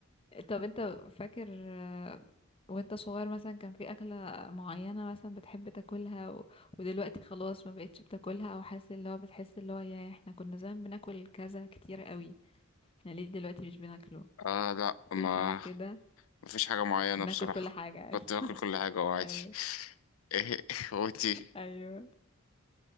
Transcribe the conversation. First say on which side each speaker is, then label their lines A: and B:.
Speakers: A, on the left; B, on the left.
A: طب انت فاكر آه، وانت صغير مثلا كان في اكلة معينة مثلا بتحب تاكلها و... ودلوقتي خلاص ما بقتش بتاكلها او حاسس اللي هو بتحس اللي هو يا احنا كنا زمان بناكل كذا كتير قوي احنا ليه دلوقتي مش بناكله
B: آه لا ما
A: في حاجة كده
B: مفيش حاجة معينة
A: بناكل
B: بصراحة
A: كل حاجة
B: كنت باكل كل حاجة
A: <laughs>
B: وعادي
A: ايوه
B: <laughs> ايه وانتي ايه
A: ايوه